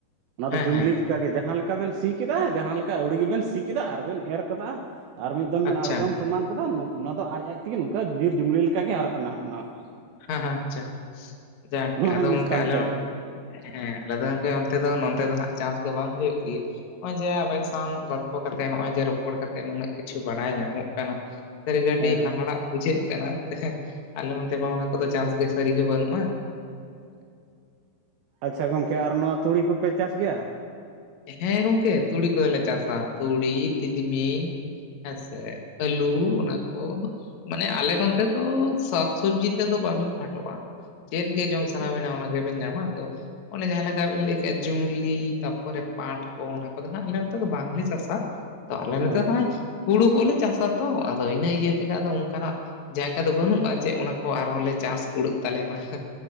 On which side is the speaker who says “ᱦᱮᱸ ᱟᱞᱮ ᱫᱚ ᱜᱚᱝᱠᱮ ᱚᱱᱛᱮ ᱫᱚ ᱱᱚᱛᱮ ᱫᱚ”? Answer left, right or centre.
Left